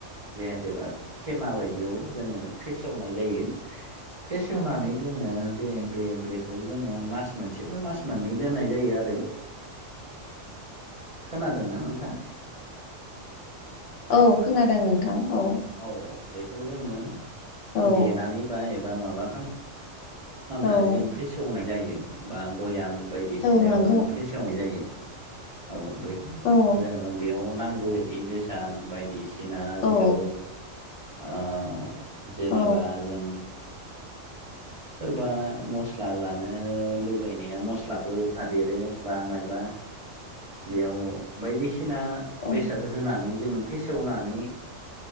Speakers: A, on the right; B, on the left.
A: जेहेतेबा थेमा बायदियाव जोङो फेसेवनाय जायो फेसेवनानै जोङो जे बे बेखौ जोङो मास मोनसेबा मास मोननै दोननाय जायो आरो खोनादोंना नोंथाङा
B: औ खोनादों नोंथां औ
A: औ बेखौ जोङो
B: औ
A: देनानैबा एबा माबा खाला खालामनानै
B: औ
A: जों फेसेवनाय जायो बा भयाम बायदिसिनायाव
B: औ नंगौ
A: जों फेसे वनाय जायो औ बेखौ
B: औ
A: जोङो बेयाव नांगौ बेसाद बायदिसिना जिथु
B: औ
A: आ जेनेबा
B: औ
A: जों सोरबा मस्ला जानो लुबैनाया मस्लाबो होफादेरो बा मायबा बेयाव बायदिसिना
B: औ
A: बेसाद होनानै जोङो फेसेवनानै